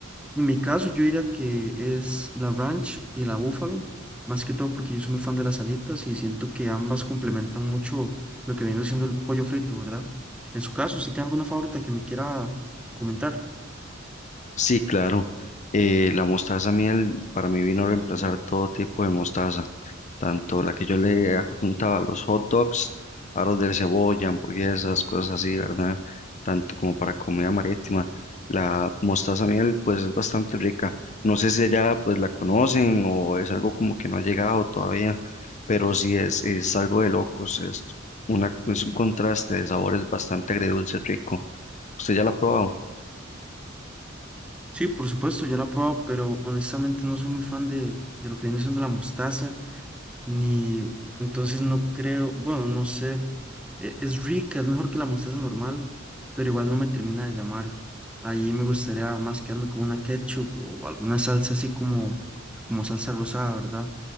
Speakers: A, in the centre; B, on the left (about 35°).
A: En mi caso, yo diría que es la ranch y la búfalo, más que todo porque yo soy muy fan de las alitas y siento que ambas complementan mucho lo que viene siendo el pollo frito, ¿verdad? En su caso, ¿usted tiene alguna favorita que me quiera comentar?
B: Sí, claro. Eh, la mostaza miel para mí vino a reemplazar todo tipo de mostaza, tanto la que yo le adjuntaba a los hot dogs, aros de cebolla, hamburguesas, cosas así, ¿verdad? Tanto como para comida marítima. La mostaza miel pues es bastante rica. No sé si allá pues la conocen o es algo como que no ha llegado todavía, pero sí es, es algo de locos, es una, es un contraste de sabores bastante agridulce rico. ¿Usted ya la ha probado?
A: Sí, por supuesto, ya la he probado, pero honestamente no soy muy fan de, de lo que viene siendo la mostaza, ni entonces no creo, bueno, no sé, e- es rica, es mejor que la mostaza normal, pero igual no me termina de llamar. Ahí me gustaría más quedarme con una ketchup o alguna salsa así como, como salsa rosada, ¿verdad?